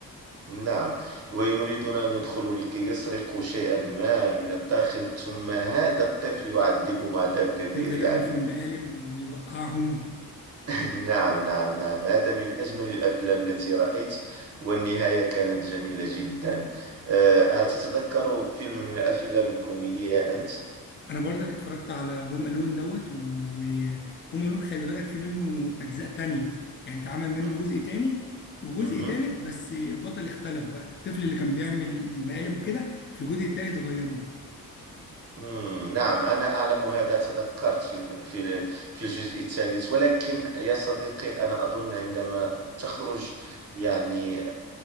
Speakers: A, on the right (about 45°); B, on the left (about 30°).
A: نعم ويريدون أن يدخلوا لكي يسرقوا شيئا ما من الداخل ثم هذا الطفل يعذبهم عذاب كبير
B: يفضل
A: يعني
B: يعمل فيهم مقالب ويوقعهم
A: <laughs> نعم نعم نعم هذا من أجمل الأفلام التي رأيت والنهاية كانت جميلة جدا أه هل تتذكر فيلم من الأفلام الكوميدية أنت؟
B: انا برضك اتفرجت على هوم الون دوت وهوم الون خلي بالك في منه اجزاء تانية يعني اتعمل منه
A: مم.
B: جزء تاني وجزء
A: مهم.
B: تالت بس البطل اختلف بقى الطفل اللي كان بيعمل المقالب وكده في الجزء التالت غيروه
A: مم، نعم أنا أعلم هذا تذكرت في الم- في ال- في الجزء الثالث ولكن يا صديقي أنا أظن عندما تخرج يعني آه،